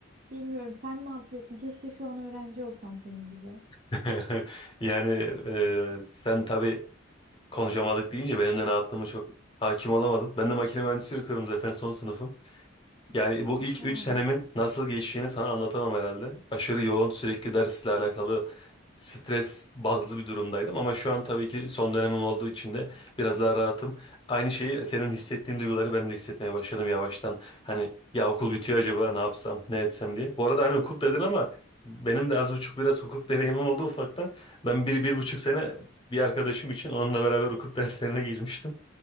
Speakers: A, on the right; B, on the left.
A: Bilmiyorum sen ne yapıyorsun? Keşke şu an öğrenci olsam senin gibi.
B: <laughs> Yani e, sen tabii Konuşamadık deyince benim de ne yaptığımı çok hakim olamadım. Ben de makine mühendisliği okuyorum zaten son sınıfım. Yani bu ilk
A: Ya
B: 3 senemin nasıl geçtiğini sana anlatamam herhalde. Aşırı yoğun sürekli dersle alakalı stres bazlı bir durumdaydım. Ama şu an tabii ki son dönemim olduğu için de biraz daha rahatım. Aynı şeyi senin hissettiğin duyguları ben de hissetmeye başladım yavaştan. Hani ya okul bitiyor acaba ne yapsam ne etsem diye. Bu arada hani hukuk dedin ama benim de az buçuk biraz hukuk <laughs> deneyimim oldu ufaktan. Ben bir, bir buçuk sene bir arkadaşım için onunla beraber hukuk derslerine girmiştim.